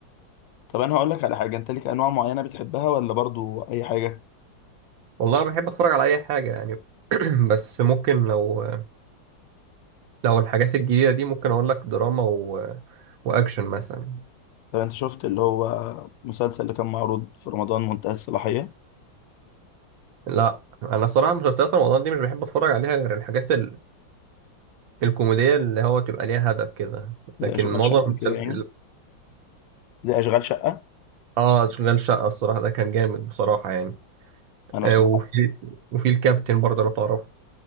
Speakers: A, on the left (about 75°); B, on the right (about 80°).
A: طب انا هقول لك على حاجه انت ليك انواع معينه بتحبها ولا برضو اي حاجه
B: والله انا بحب اتفرج على اي حاجه يعني <clears throat> بس ممكن لو لو الحاجات الجديده دي ممكن اقول لك دراما و... واكشن مثلا
A: طب انت شفت اللي هو مسلسل اللي كان معروض في رمضان منتهى الصلاحيه
B: لا انا صراحه مسلسلات رمضان دي مش بحب اتفرج عليها غير الحاجات ال... الكوميديه اللي هو تبقى ليها هدف كده
A: زي
B: لكن
A: اشغال
B: معظم
A: شقه وكده
B: المسلسلات
A: يعني زي اشغال شقه
B: اه اشغال شقه الصراحه ده كان جامد بصراحه يعني
A: انا
B: آه،
A: بصراحه
B: وفي وفي الكابتن برضه لو تعرفه